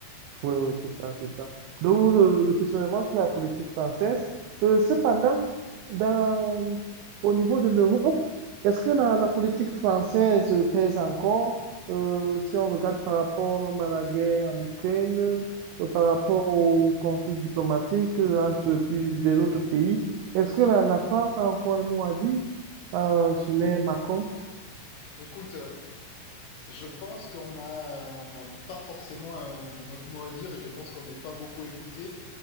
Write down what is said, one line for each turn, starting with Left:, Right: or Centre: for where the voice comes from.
Right: Oui, oui, c'est ça, c'est ça. D'où le, le questionnement sur la politique française. Euh, cependant, dans, au niveau de l'Europe, est-ce que la, la politique française euh, pèse encore, euh, si on regarde par rapport même à la guerre en Ukraine, euh, par rapport au conflit diplomatique euh, entre plus des autres pays, est-ce que la, la France a encore un mot à dire, euh, sous les Macron?
Left: Écoute, euh, Je pense qu'on a, on n'a pas forcément euh, notre mot à dire et je pense qu'on n'est pas beaucoup écouté.